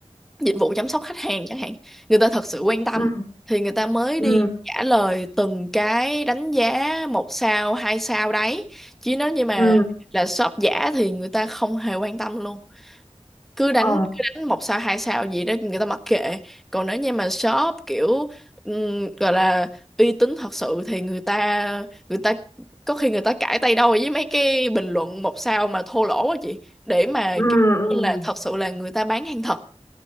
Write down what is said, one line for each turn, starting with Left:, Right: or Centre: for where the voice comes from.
Centre: dịch vụ chăm sóc khách hàng chẳng hạn. Người ta thật sự quan tâm
Left: ừ
Centre: thì người ta mới
Left: ừ
Centre: đi trả lời từng cái đánh giá một sao, hai sao đấy. Chứ nếu như mà
Left: ừ
Centre: là shop giả thì người ta không hề quan tâm luôn cứ đánh
Left: ừ
Centre: cứ đánh một sao hai sao gì đó người ta mặc kệ còn nếu như mà shop kiểu ừm, gọi là uy tín thật sự thì người ta người ta có khi người ta cãi tay đâu với mấy cái bình luận một sao mà thô lỗ á chị để mà
Left: ừ
Centre: kiểu
Left: ừ ừ
Centre: là thật sự là người ta bán hàng thật